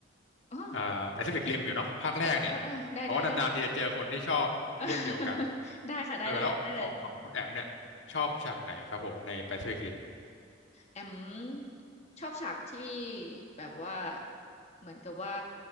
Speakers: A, on the left; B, on the left.
A: อ๋อ
B: อ่าแปซิฟิกริมอยู่เนาะภาคแรกเนี่ยเพราะว่านานๆทีจะเจอคนที่ชอบเรื่องเดียวกัน
A: เออเออเออได้ได้ได้ <laughs> ได้ค่ะได้ได้ได้เลย
B: เออแล้วของของคุณแอมเนี่ยชอบฉากไหนครับผมในแปซิฟิกริม
A: แอมชอบฉากที่แบบว่าเหมือนกับว่า